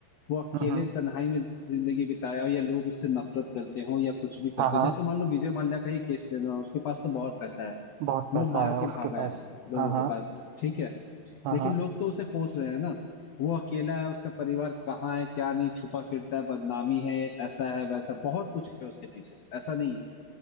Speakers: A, on the left; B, on the right.
A: वो अकेले
B: हम्म
A: तन्हाई में जिंदगी बिताया हो या लोग उससे नफरत करते हो या कुछ भी करते
B: हाँ हाँ
A: हो जैसे मान लो विजय माल्या का ही केस लेना उसके पास तो बहुत पैसा है
B: बहुत पैसा
A: वो मार
B: है उसके
A: के भागा
B: पास
A: है लोगों
B: हाँ हाँ
A: के पास ठीक है
B: हाँ
A: लेकिन
B: हाँ
A: लोग तो उसे कोस रहे हैं ना वो अकेला है उसका परिवार कहाँ है क्या नहीं छुपा फिरता है बदनामी है ऐसा है वैसा बहुत कुछ है उसके पीछे ऐसा नहीं है